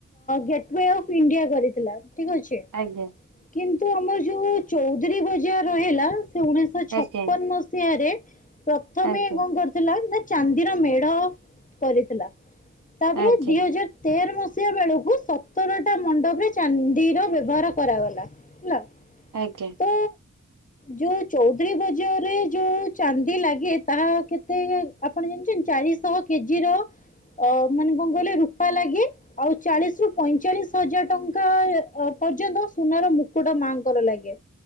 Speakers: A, on the left; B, on the right.
A: ଗେଟ୍ୱେ ଅଫ ଇଣ୍ଡିଆ କରିଥିଲା, ଠିକ୍ ଅଛି।
B: ଆଜ୍ଞା।
A: କିନ୍ତୁ ଆମର ଯୋଉ ଚୌଧୁରୀ ବଜାର ରହିଲା, ସେ ଉଣେଇଶହ ଛପନ
B: ଆଜ୍ଞା
A: ମସିହା ସିହା ରେ ପ୍ରଥମେ
B: ଆଜ୍ଞା
A: କଣ କରି ଥିଲା, ନା ଚାନ୍ଦିର ମେଢ କରିଥିଲା, ତାପରେ
B: ଆଜ୍ଞା
A: ଦି ହଜାର ତେର ମସିହା ବେଳକୁ, ସତରଟା ମଣ୍ଡପରେ ଚାନ୍ଦିର ବ୍ୟବହାର କରାଗଲା, ହେଲା।
B: ଆଜ୍ଞା।
A: ତ ଯୋଉ ଚୌଧୁରୀ ବଜାରରେ ଯୋଉ ଚାନ୍ଦି ଲାଗେ ତାହା କେତେ ଆପଣ ଜଣିଛନ୍ତି ଚାରିଶହ କେଜି ର ଅ ମାନେ କଣ କହିଲେ ରୂପା ଲାଗେ। ଆଉ ଚାଳିଶ ରୁ ପଇଁଚାଳିଶ ହଜାର ଟଙ୍କା ପର୍ଯ୍ୟନ୍ତ ସୁନାର ମୁକୁଟା ମାଙ୍କର ଲାଗେ।